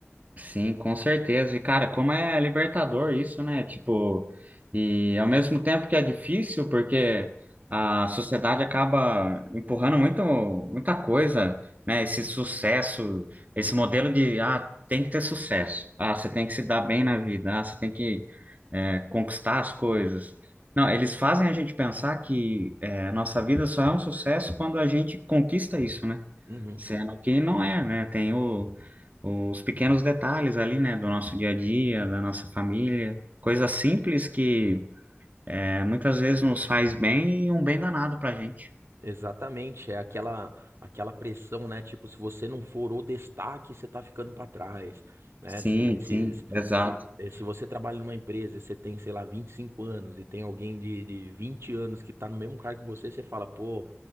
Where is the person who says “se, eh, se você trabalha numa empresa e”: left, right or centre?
Right